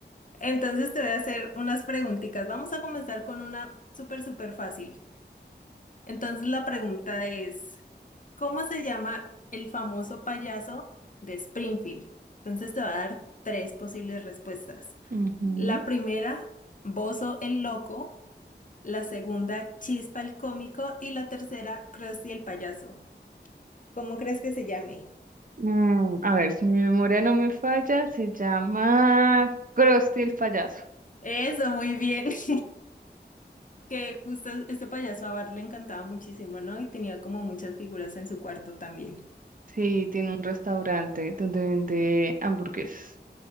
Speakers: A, on the left; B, on the right.
A: entonces te voy a hacer unas preguntitas. Vamos a comenzar con una súper, súper fácil. Entonces la pregunta es, ¿cómo se llama el famoso payaso de Springfield? Entonces te va a dar tres posibles respuestas.
B: Ujú.
A: La primera, Bozo el Loco, la segunda, Chispa el Cómico y la tercera, Krusty el Payaso. ¿Cómo crees que se llame?
B: Mm, a ver, si mi memoria no me falla, se llama Krusty el payaso.
A: Eso, muy bien. <laughs> Que justo este payaso a Bart le encantaba muchísimo, ¿no? Y tenía como muchas figuras en su cuarto también.
B: Sí, tiene un restaurante donde vende hamburguesas.